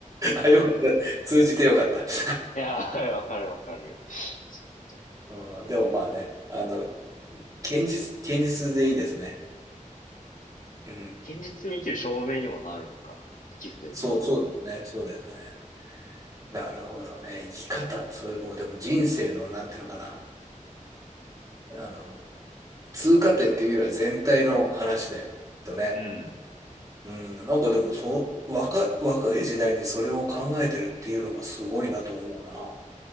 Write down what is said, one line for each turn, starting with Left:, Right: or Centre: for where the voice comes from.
Right: あ、よかった。通じてよかった。<laughs>
Left: いや、わかるわかる。そう
Right: うん、でもまあね、あの、堅実、堅実でいいですね。うん。
Left: 現実に生きる証明にもなるのかなと思って寄付できるぐらい。
Right: そう、そうだよね。そうだよね。なるほどね。生き方、それもうでも人生の、なんていうのかな。あの、通過点っていうよりは全体の話で、とね。
Left: うん。
Right: うん、なんかでもそう、若い、若い時代にそれを考えてるっていうのがすごいなと思うな。